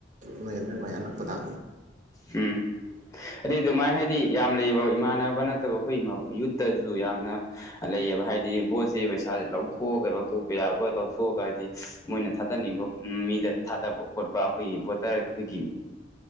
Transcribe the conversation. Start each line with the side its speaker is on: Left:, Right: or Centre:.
Right: ꯅꯣꯏ ꯑꯗꯨꯋꯥꯏ ꯑꯅꯛꯄꯗ
Left: ꯎꯝ ꯍꯥꯢꯗꯤ ꯑꯗꯨꯃꯥꯏ ꯍꯥꯏꯗꯤ ꯌꯥꯝ ꯂꯩꯌꯦꯕ ꯏꯃꯥꯟꯅꯕ ꯅꯠꯇꯕ ꯑꯩꯈꯣꯏ ꯏꯃꯥꯎ ꯌꯨꯠꯇꯖꯨ ꯌꯥꯝꯅ ꯂꯩꯌꯦꯕ ꯍꯥꯏꯗꯤ ꯕꯣꯠꯁꯤ ꯄꯩꯁꯥꯖꯦ ꯂꯧꯊꯣꯛꯑꯒ ꯂꯧꯊꯣꯛꯄ ꯌꯥꯕ ꯂꯧꯊꯣꯛꯑꯒ ꯍꯥꯏꯗꯤ ꯃꯣꯏꯅ ꯊꯥꯗꯅꯤꯡꯕ ꯃꯤꯗ ꯊꯥꯗꯕ ꯈꯣꯠꯄ ꯑꯩꯈꯣꯏꯒꯤ ꯕꯣꯇꯔ ꯑꯩꯈꯣꯏꯒꯤ